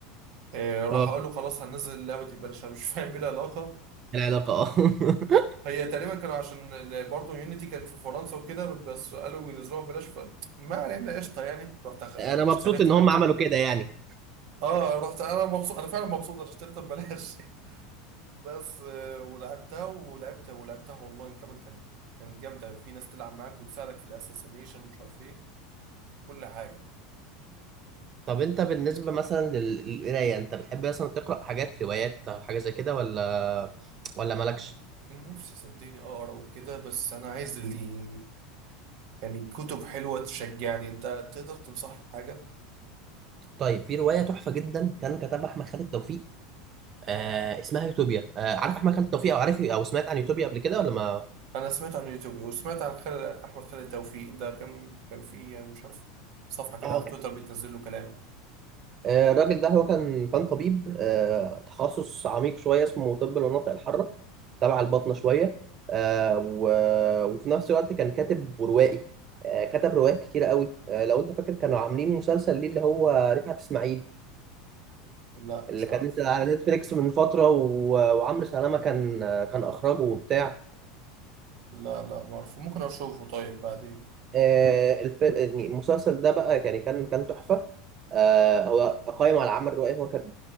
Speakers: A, on the right; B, on the right.
A: آه، راح
B: اه
A: اقول له خلاص هننزل اللعبه دي ببلاش انا مش <laughs> فاهم ايه العلاقه
B: العلاقه اه <laughs>
A: هي تقريبا كانوا عشان برضه يونيتي كانت في فرنسا وكده بس قالوا ينزلوها ببلاش فما علينا قشطه يعني رحت أخ-
B: انا مبسوط
A: اشتريتها
B: ان هم عملوا كده يعني
A: اه رحت انا مبسوط انا فعلا مبسوط انا اشتريتها ببلاش <laughs> بس آه، ولعبتها ولعبت ولعبتها والله كمان كانت كانت جامده في ناس تلعب معاك وتساعدك في الاساسينيشن ومش عارف ايه كل حاجه
B: طب انت بالنسبة مثلا لل- للقراية انت بتحب مثلا تقرأ حاجات روايات او حاجة زي كده ولا ولا مالكش؟
A: نفسي صدقني اقرا وكده بس انا عايز اللي يعني كتب حلوه تشجعني انت تقدر تنصحني بحاجه
B: طيب في رواية تحفة جدا كان كتبها احمد خالد توفيق آه اسمها يوتوبيا آه عارف احمد خالد توفيق او عارف او سمعت عن يوتوبيا قبل كده ولا ما
A: انا سمعت عن يوتيوب وسمعت عن خالد احمد خالد توفيق ده كان كان في يعني مش عارف صفحه كده
B: اه
A: على تويتر
B: كان-
A: بتنزل له كلام
B: آه الراجل ده هو كان كان طبيب آه تخصص عميق شوية اسمه طب المناطق الحارة تبع الباطنة شوية آه و... وفي نفس الوقت كان كاتب وروائي آه كتب روايات كتيرة قوي آه لو انت فاكر كانوا عاملين مسلسل ليه اللي هو رفعت اسماعيل
A: لا
B: اللي
A: مش
B: كانت
A: عارف
B: على نتفليكس من فترة و... وعمرو سلامة كان كان أخرجه وبتاع
A: لا لا ما اعرف ممكن اشوفه طيب بعدين
B: آه، الف... يعني المسلسل ده بقى يعني كان كان تحفة آه، هو قائم على العمل الروائي هو كان